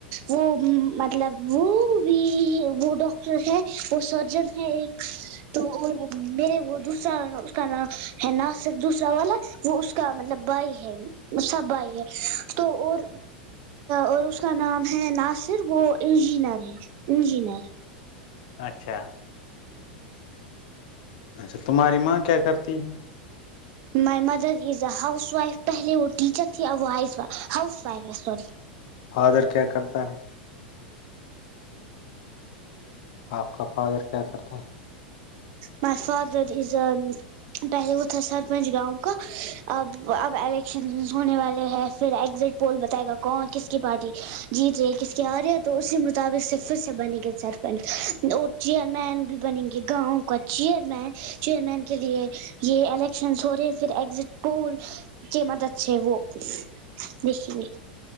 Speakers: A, on the right; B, on the left.
A: وہ مطلب وہ بھی وہ ڈاکٹر ہے وہ سرجن ہے ایک تو میرے وہ دوسرا اس کا نام ہے ناصر دوسرا والا وہ اس کا مطلب بھائی ہے اس کا بھائی ہے تو اور اور اس کا نام ہے ناصر وہ انجینئر ہے انجینئر
B: اچھا اچھا تمہاری ماں کیا کرتی ہے
A: my mother is housewife پہلے وہ ٹیچر تھی اور ہایس وہ ہاؤس وائف ہے صوری
B: فادر کیا کرتا ہے آپ کا فادر کیا کرتا ہے
A: مائ فادر از پہلے وہ تھا سرپنچ گاؤں کا اب اب الیکشن ہونے والے ہیں پھر ایگزٹ پول بتائے گا کون کس کی پارٹی جیت رہی ہے کس کی آ رہی ہے تو اسی مطابق سے پھر سے بنیگی سر اور چیئرمین بھی بنےینگے کا چیئرمین چیئرمین کے لیے یہ الیکشنس ہو رہے پھر ایگزٹ پول کہ مدد سے وہ دیکھیں گے